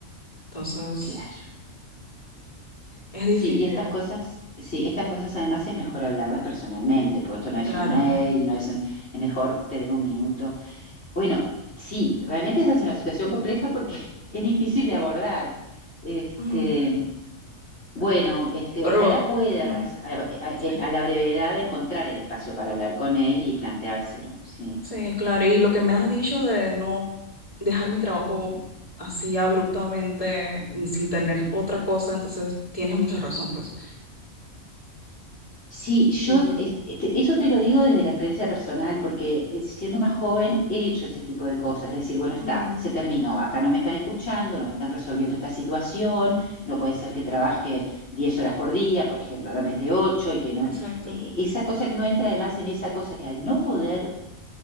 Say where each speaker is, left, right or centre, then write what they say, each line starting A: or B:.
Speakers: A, on the left; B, on the left.
A: Entonces,
B: Claro.
A: es difícil,
B: Sí, y estas cosas, sí, estas cosas además es mejor hablarlas personalmente, porque esto no es
A: claro.
B: un mail, no es un- es mejor tener un minuto. Bueno, sí, realmente esa es una situación compleja porque <laughs> es difícil de abordar. Este,
A: Ujú,
B: bueno, este,
A: Pero,
B: ojalá puedas
A: ujú,
B: a, a-
A: sí.
B: a la brevedad encontrar el espacio para hablar con él y planteárselo, sí.
A: Sí, claro. Y lo que me has dicho de no dejar mi trabajo así abruptamente y sin tener otra cosa, entonces tienes mucha razón, pues.
B: Sí, yo
A: Y...
B: eh, te- eso te lo digo desde la experiencia personal, porque eh, siendo más joven he hecho ese tipo de cosas, es decir, bueno, está,
A: Mm,
B: se terminó, acá no me están escuchando, no me están resolviendo esta situación, no puede ser que trabaje 10 horas por día, por ejemplo, no en vez de 8 y que no,
A: exacto,
B: eh, esa cosa que uno entra además en esa cosa que al no poder